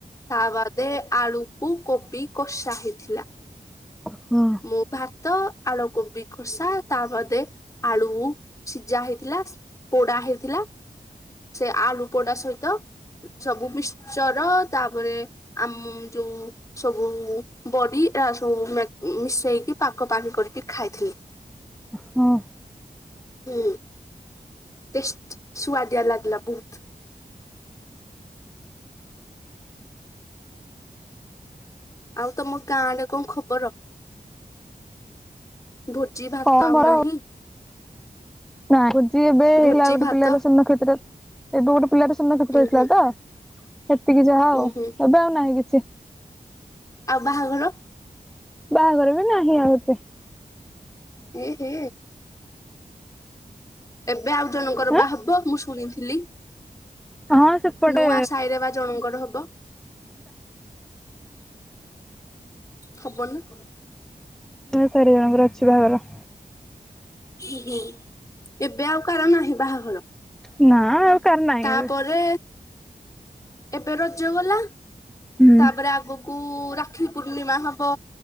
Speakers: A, on the left; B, in the centre.
A: ତା ବାଦେ ଆଳୁକୁ କୋବି କଷା ହେଇଥିଲା।
B: ହଁ।
A: ମୁଁ ଭାତ, ଆଳୁକୋବି କଷା ତାବାଦେ ଆଳୁ ସିଝା ହେଇଥିଲା, ପୋଡା ହେଇଥିଲା। ସେ ଆଳୁ ପୋଡା ସହିତ ସବୁ ମିକ୍ଚର, ତାପରେ ଆମ ଯୋଉ ସବୁ ବଡି ସବୁ ଏହା ସବୁ ମେ ମିଶେଇକି ପାଗ ପାଣି କରିକି ଖାଇଥିଲି।
B: ହଁ
A: ହୁଁ ଟେଷ୍ଟ, ସୁଆଦିଆ ଲାଗଲା ବହୁତ୍। ଆଉ ତମ ଗାଁ ରେ କଣ ଖବର? ଭୋଜି ଭାତ
B: କଣ
A: ଆଉ
B: ଭଲ
A: ନାହିଁ।
B: ନାଇଁ ଭୋଜି ଏବେ
A: ଭୋଜି
B: ହେଲା ଗୋଟେ
A: ଭାତ
B: ପିଲାର ସ୍ବର୍ଣ୍ଣକ୍ଷେତ୍ର। ଏବେ ଗୋଟେ ପିଲାର ସ୍ବର୍ଣ୍ଣକ୍ଷେତ୍ର
A: ଉୁଁ
B: ହେଇଥିଲା
A: ହୁଁ
B: ତ ସେତିକି ଯାହା
A: ଉୁଁ
B: ଆଉ,
A: ହୁଁ
B: ଏବେ ଆଉ ନାହିଁ କିଛି।
A: ଆଉ ବାହାଘର?
B: ବାହାଘର ବି ନାହିଁ ଆଉ ଏତେ।
A: ଏ ହେ। ଏବେ ଆଉ ଜଣଙ୍କର
B: ଆଁ
A: ବାହାହବ ମୁଁ ଶୁଣିଥିଲି।
B: ହଁ ସେପଟେ
A: ନୂଆ ସାଇରେ ବା ଜଣଙ୍କର ହବ। ହବନା।
B: ଚାରି ଜଣଙ୍କର ଅଛି ବାହାଘର।
A: ହୁଁ ହୁଁ, ଏବେ ଆଉ କାହାର ନାହିଁ ବାହାଘର।
B: ନା। କାର ନାହିଁ
A: ତାପରେ
B: ଏବେ
A: ଏବେ ରଜ ଗଲା।
B: ହୁଁ
A: ତାପରେ ଆଗକୁ ରାକ୍ଷୀ ପୂର୍ଣ୍ଣିମା ହବ,